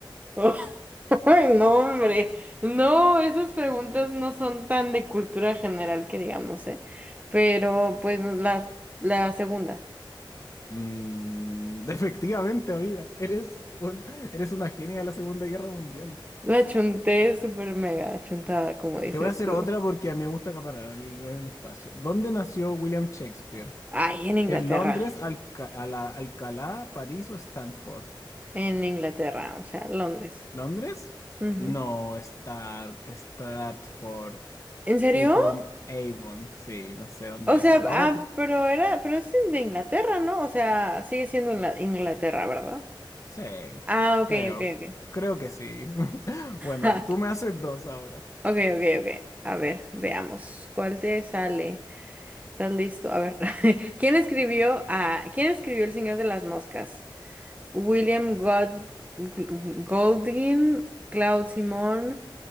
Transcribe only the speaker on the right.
<laughs> Ay, no, hombre. No, esas preguntas no son tan de cultura general que digamos, ¿eh? Pero pues no, la, la segunda.
La chunté súper mega chuntada, como dices
tú.
Ay, en Inglaterra.
En Inglaterra, o sea, Londres.
Ujú.
<gasps> ¿En serio?
O sea,
ah,
pero era, pero es de Inglaterra, ¿no? O sea, sigue siendo Ingla- Inglaterra, ¿verdad?
Ah, ok,
ok, ok.
<laughs>
Ok, ok, ok. A ver, veamos. ¿Cuál te sale? ¿Estás listo? A ver. <laughs> ¿Quién escribió a ¿Quién escribió El Señor de las Moscas? William God- Goldwyn, Claude Simón,